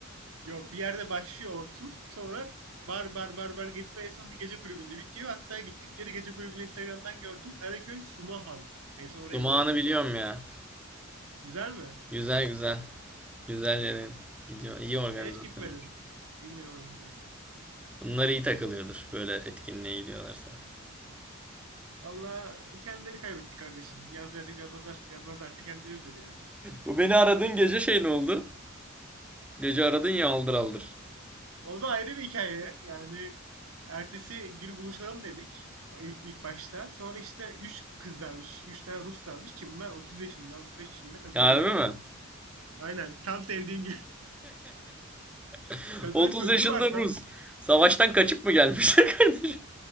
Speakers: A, on the right; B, in the centre.
A: Yok bir yerde başlıyor o tur. Sonra bar bar bar bar gitme en son bir gece kulübünde bitiyor. Hatta gittikleri gece kulübünü Instagram'dan gördüm. Karaköy Sumahan. En son oraya
B: Zumağını
A: gitmişler.
B: biliyorum ya.
A: Güzel mi?
B: Güzel güzel. Güzel yere gidiyor. İyi organizasyon.
A: Ben hiç gitmedim. Bilmiyorum o yüzden.
B: Bunlar iyi takılıyordur böyle etkinliğe gidiyorlarsa.
A: Valla kendileri kaybetti kardeşim. Yaz yaz yazmazlar, yazmazlarsa kendileri bilir yani.
B: Bu beni aradığın gece şey ne oldu? Gece aradın ya aldır aldır.
A: O da ayrı bir hikaye. Yani ertesi günü buluşalım dedik. İlk, ilk başta. Sonra işte 3 kızlarmış. üç tane Ruslarmış ki bunlar 30 yaşında, 35 yaşında kadınlar
B: Harbi
A: yani.
B: mi?
A: Aynen. Tam sevdiğim
B: <laughs>
A: Kadının
B: 30
A: çocuğu
B: yaşında
A: vardı lan.
B: Rus. Savaştan kaçıp mı gelmişler <laughs> kardeşim?